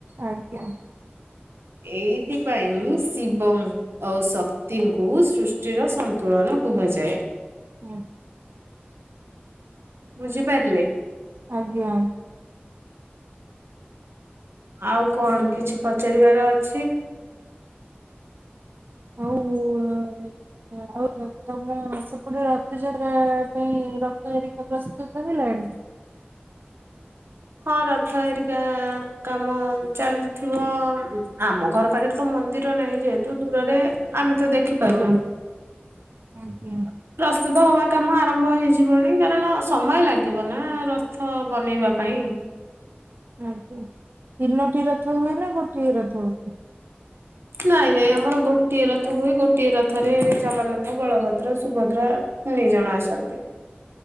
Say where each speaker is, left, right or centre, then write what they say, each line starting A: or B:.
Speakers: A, on the right (about 55°); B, on the right (about 80°).
A: ଆଜ୍ଞା।
B: ଏଇଥିପାଇଁ ଶିବଓଙ୍ଗ। ଆଉ ଶକ୍ତିଙ୍କୁ ସୃଷ୍ଟିର ସନ୍ତୁଳନ କୁହାଯାଏ।
A: ହୁଁ।
B: ବୁଝିପାରିଲେ?
A: ଆଜ୍ଞା।
B: ଆଉ କଣ କିଛି ପଚାରିବାର ଅଛି?
A: ହଉ <unintelligible> ଆଉ ତମ ସେପଟେ ରଥଯାତ୍ରା ପାଇଁ ରଥ ହେରିକା ପ୍ରସ୍ତୁତ ହେଲାଣି?
B: ହଁ ରଥହେରିକା କାମ ଚାଲି ଥିବ ଆମ ଘର ପାଖରେ ତ ମନ୍ଦିର ନାହିଁ ଯେହେତୁ <unintelligible> ଆମେ ତ ଦେଖିପାରୁନୁ।
A: ଆଜ୍ଞା ଆଜ୍ଞା।
B: ପ୍ରସ୍ତୁତ ହବା କାମ ଆରମ୍ଭ ହେଇଯିବାଣୀ କାରଣ ସମୟ ଲାଗିବ ନା ରଥ ବନେଇବା ପାଇଁ।
A: ଓ ହୋ ତିନୋଟି ରଥ ହୁଏ ନା ଗୋଟିଏ ରଥ ହୁଏ?
B: ନାଇଁ ନାଇଁ ଆମର ଗୋଟିଏ ରଥ ହୁଏ ଗୋଟିଏ ର ଥରେ ଜଗନ୍ନାଥ ବଳଭଦ୍ର ସୁଭଦ୍ରା ତିନି ଜଣ ଆସନ୍ତି।